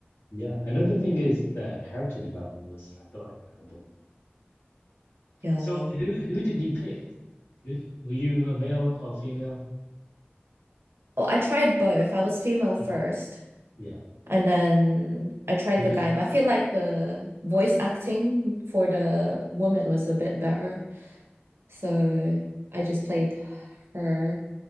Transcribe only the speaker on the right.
yeah.
Oh, I tried both. I was female first,
and then I tried
the guy, but I feel like the voice acting for the woman was a bit better. So I just played her